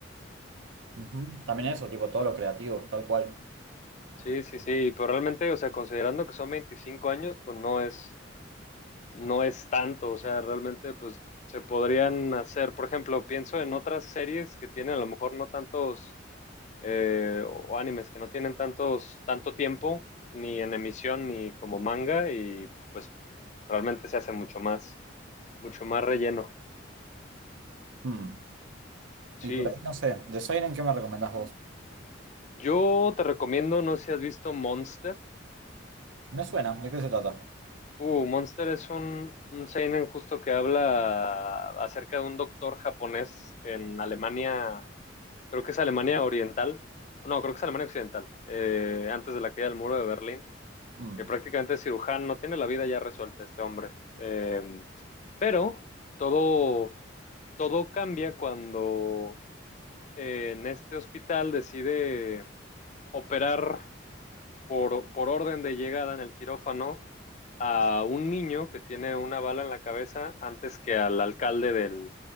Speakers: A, on the right (about 80°); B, on the left (about 40°).
A: Ujú. También eso, tipo, todo lo creativo, tal cual.
B: Sí, sí, sí, pero realmente, o sea, considerando que son 25 años, pues no es, no es tanto, o sea, realmente, pues se podrían hacer, por ejemplo, pienso en otras series que tienen a lo mejor no tantos eh, o animes que no tienen tantos, tanto tiempo, ni en emisión, ni como manga, y pues realmente se hace mucho más, mucho más relleno.
A: Mm.
B: Sí,
A: Y por ahí, no sé, de Siren, ¿qué me recomendás vos?
B: yo te recomiendo, no sé si has visto Monster.
A: Me suena, ¿de qué se trata?
B: Uh, Monster es un, un seinen justo que habla acerca de un doctor japonés en Alemania, creo que es Alemania Oriental, no, creo que es Alemania Occidental, eh, antes de la caída del muro de Berlín
A: Mm.
B: que prácticamente es cirujano, no tiene la vida ya resuelta este hombre. Eh, pero todo, todo cambia cuando eh, en este hospital decide operar por, por orden de llegada en el quirófano a un niño que tiene una bala en la cabeza antes que al alcalde del,